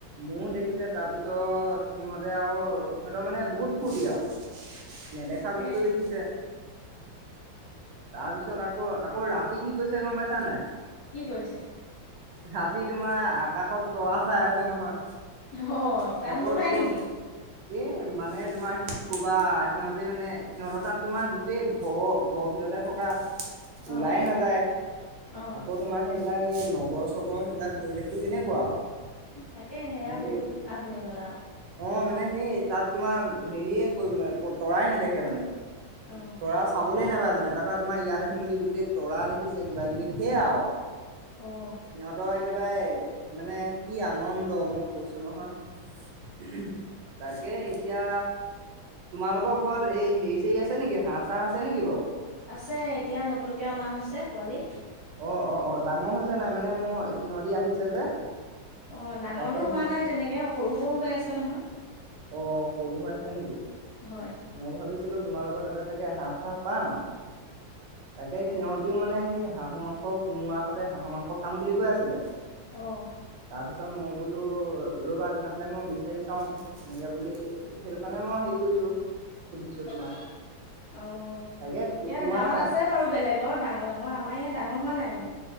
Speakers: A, on the right; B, on the left.
A: ম'হ দেখি উঠিছে তাৰ পিছত সিহঁতে আৰু সিহঁতৰ মানে বহুত ফূৰ্তি আৰু নেদেখা
B: তাকে
A: বস্তু দেখিছে। তাৰপিছত আকৌ আকৌ ৰাতি কি কৈছে গম পাইছা নে
B: কি কৰিছে?
A: ৰাতি তোমাৰ আকাশত তৰা চাই আছে নহয়
B: অ
A: তাৰ
B: তাত
A: উপৰিও
B: নোলাই
A: তো
B: নেকি
A: এই মানে তোমাৰ কি ক'বা সিহঁতে মানে সিহঁতৰ তাত তোমাৰ গোটেই ঘৰৰ ঘৰৰ ভিতৰতে থকা
B: অ
A: ওলাই নাযায়
B: অ
A: আকৌ তোমাৰ সেই এইবিলাক এই নগৰ চগৰৰ সেইবিলাক পৰিৱেশটো কেনেকুৱা আৰু
B: তাকে সেয়া
A: সিহঁতি
B: বহুত আধুনিকতা আৰু
A: অ মানে সেই তাত তোমাৰ হেৰিয়ে কৰিব লাগে তৰাই নেদেখে মানে।
B: অ
A: তৰা চাব। চাবলৈই নাপায় মানে তাৰপৰা তোমাৰ ইয়াত আহি মেলি গোটেই তৰা দেখিছে কিবা কিবি ধেৰ আৰু।
B: অ
A: সিহঁতৰ। একেবাৰে মানে কি আনন্দ মই কৈছো নহয়। তাকে এতিয়া তোমালোকৰ ঘৰত এই হেৰি চৰি আছে। আছে নেকি হহ চাঁহ আছে নেকিা বাৰু?
B: আছে এতিয়া নতুনকে অনা হৈছে পোৱালি।
A: অহ ',- অহ ',- অহ ', ডাঙৰ হৈছে নাই মানে মোৰ সিহঁতি আহিছে যে।
B: অহ ', ডাঙৰতো
A: তাকে
B: হোৱা নাই তেনেকে সৰু - সৰু হৈ আছে। নহয়।
A: অহ ', সৰু হৈ আছে নেকি মই ভাবিছো?
B: হয়
A: ভাবিছিলো তোমালোকৰ তাতে চাগে হাঁহ চাহ পাম। তাকে
B: আহ
A: সিহঁতিও মানে সেই হাঁহৰ মাংস কোমোৰা হতে হাঁহৰ মাংস খাম বুলি কৈ আছিলে।
B: অহ ',
A: তাৰপিছত মই বোলো ৰ'বা তেনেহ'লে মই বিচাৰি চাওঁ। সেনেকে বুলি সেইটো কাৰণে মই হেৰি কৰিছো। সুধিছো
B: মে,
A: তোমাক
B: অহ
A: তাকে
B: ', ইয়াত
A: তোমাৰ
B: গাঁৱত আছে বাৰু বেলেগৰ ডাঙৰ - ডাঙৰ আমাৰ ইয়াত ডাঙৰ হোৱা নাই মানে।